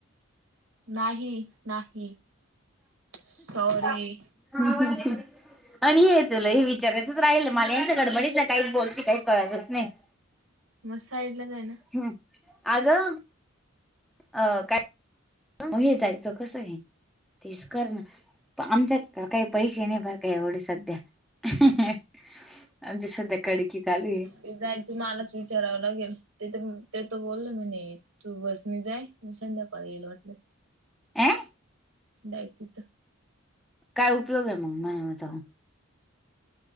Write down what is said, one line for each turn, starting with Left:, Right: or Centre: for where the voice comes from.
Right: नाहीं, नाहीं, सॉरी.
Centre: हम्म हवलने. आणि हे तूलं हे विचारायचंच राहील मालायांच्य गडबडीतला हाय काहीचं बोलते काही कळतचं नाई. -
Right: मग साईडला जायनं. -
Centre: हम्ं आगं. - अं कायं?. - म हे <unintelligible> जायचं कसं आहे, तेच कर नां. - आमच्याकड काही पैसे नाही, बर काय? एवढे सध्या. - <inaudible> <unintelligible> आमचे सध्या कडकीत आले. -
Right: तेथजाऊन मलाचं विचारावं लागेल, तेथ ते तो बोलला बी नाही. - तू बसंणी जाय, मी संध्याकाळी येईल महटलं. -
Centre: अ
Right: ते ऐकतात. -
Centre: कायं? उपयोग आहे मगं मला जाऊन. -